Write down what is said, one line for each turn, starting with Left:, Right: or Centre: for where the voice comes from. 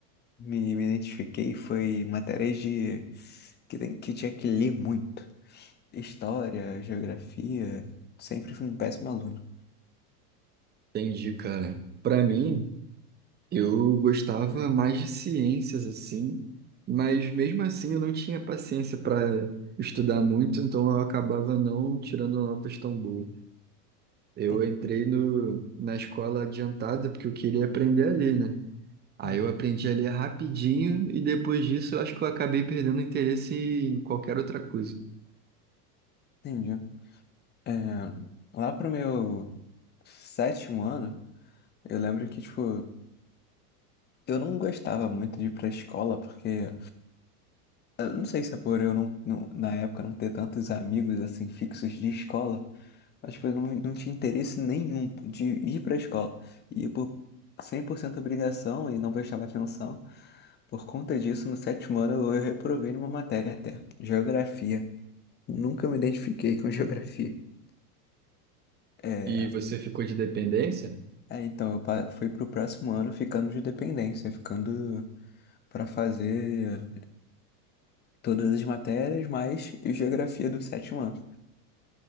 Left: me, me identifiquei foi matérias de que, tem, que tinha que ler muito. História, geografia, sempre fui um péssimo aluno.
Right: Entendi, cara. Pra mim, eu gostava mais de ciências, assim, mas mesmo assim eu não tinha paciência pra estudar muito, então eu acabava não tirando notas tão boas. Eu
Left: Entendi.
Right: entrei no, na escola adiantada porque eu queria aprender ali, né? Aí
Left: Ah,
Right: eu aprendi ali rapidinho e depois disso eu acho que eu acabei perdendo interesse em qualquer outra coisa.
Left: entendi. É, lá pro meu sétimo ano. Eu lembro que, tipo, eu não gostava muito de ir pra escola, porque, eu não sei se é por eu não, não- na época não ter tantos amigos, assim, fixos de escola, mas, tipo, eu não, não tinha interesse nenhum de ir pra escola. E por 100% obrigação e não prestava atenção. Por conta disso, no sétimo ano eu reprovei numa matéria até, geografia. Nunca me identifiquei com <laughs> geografia. É,
Right: E você ficou de dependência?
Left: é, então eu pa- fui pro próximo ano ficando de dependência, ficando pra fazer. todas as matérias, mais geografia do sétimo ano.